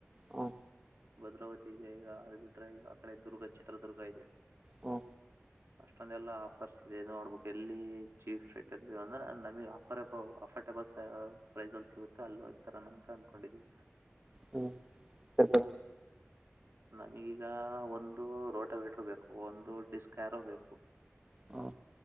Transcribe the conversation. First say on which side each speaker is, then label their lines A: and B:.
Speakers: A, on the right (about 20°); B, on the right (about 60°).
A: ಹ್ಮ್
B: ಭದ್ರಾವತಿ ಇದೆ ಈಗ ಅದು ಬಿಟ್ರೆ ಈಗ ಆ ಕಡೆ ದುರ್ಗ ಚಿತ್ರದುರ್ಗ ಇದೆ
A: ಹ್ಮ
B: ಅಷ್ಟೊಂದೆಲ್ಲ ಆಫರ್ಸ್ ಇದೆ ನೋಡ್ಬೇಕು ಎಲ್ಲಿ ಚೀಪ್ ರೇಟ್ಲ್ಲಿ ಅಂದ್ರ ನಮಗ್ ಆಫರ್ ಆಫರ್ ಲ್ ಪ್ರೈಸ್ ಅಲ್ಲಿ ಸಿಗುತ್ತೆ ಅಲ್ಲಿೋಗಿ ತರ ಅಂತ ಅಂದಕೊಂಡಿದವಿ
A: ಹ್ಮ ಸಪ
B: ನಮಗೀಗ ಒಂದು ರೋಟಬೇಟರು ಬೇಕು ಒಂದು ಡಿಸ್ಕ್ ಆ್ಯಾರೋ ಬೇಕು
A: ಹ್ಮ